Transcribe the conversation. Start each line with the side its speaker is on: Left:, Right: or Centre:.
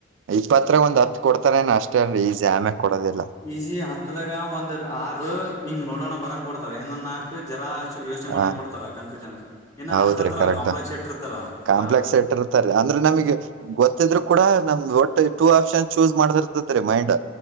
Right: ಇಪ್ಪತ್ರ ಒಂದ ಹತ್ ಕೊಡ್ತಾರೇನ್ ಅಷ್ಟೇ ಅಲ್ರಿ ಈಜಿ ಆಮ್ಯಾಗ್ ಕೊಡೋದಿಲ್ಲ.
Left: ಈಜಿ ಹತ್ತದಾಗ ಒಂದ್ ಆರು ನಿಂಗ್ ನೋಡೋಣ ಬರಂಗ್ ಕೊಡ್ತಾರೆ ಇನ್ನೊಂದ್ ನಾಲ್ಕು ಜರಾ ಸ ಯೋಚನೆ ಮಾಡಂಗ್
Right: ಹ
Left: ಕೊಡ್ತಾರ ಕನ್ಫ್ಯೂಷನ್ ಇನ
Right: ಹೌದ್ರಿ
Left: ಹತಂತರ
Right: ಕರೆಕ್ಟ್
Left: ಕಾಂಪ್ಲೆಕ್ಸ ಇಟ್ಟಿರ್ತಾರ ಜರಾ
Right: ಕಾಂಪ್ಲೆಕ್ಸ್ <unintelligible> ಅಂದ್ರೆ ನಮಗೆ ಗೊತ್ತಿದ್ರು ಕೂಡ ನಮ್ದ ಒಟ್ಟ ಟೂ ಆಪ್ಷನ್ ಚೂಸ್ ಮಾಡತಿರ್ತತಿ ಮೈಂಡ್